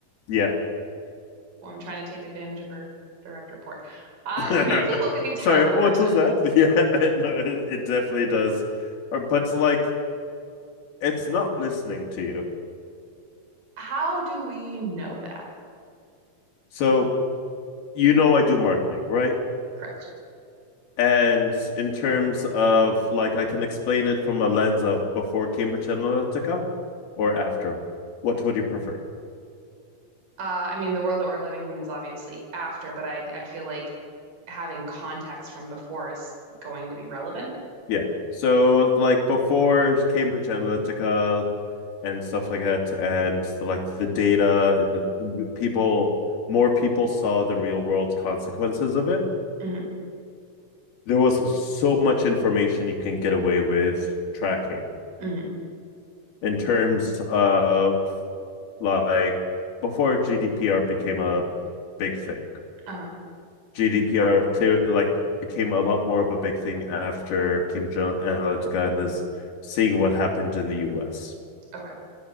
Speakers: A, on the left; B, on the right.
A: Yeah.
B: well, I'm trying to take advantage of her direct report. Uh,
A: <laughs>
B: it makes me look like a terrible
A: Sorry, what
B: person.
A: was that? <laughs> Yeah, I know it, it definitely does. Or, but like it's not listening to you.
B: How do we know that?
A: So you know I do marketing, right?
B: Correct.
A: And in terms of like I can explain it from a lens of before Cambridge Analytica or after. What would you prefer?
B: Uh, I mean, the world that we're living in is obviously after, but I, I feel like having context from before is going to be relevant.
A: Yeah. So like before Cambridge Analytica and stuff like that and like the data and the people more people saw the real world consequences of it.
B: hmm
A: There was so much information you can get away with tracking
B: hmm
A: in terms of like before GDPR became a big thing.
B: Uh-huh.
A: GDPR clear like became a lot more of a big thing after Cambridge Analytica and this seeing what happened in the US.
B: Okay.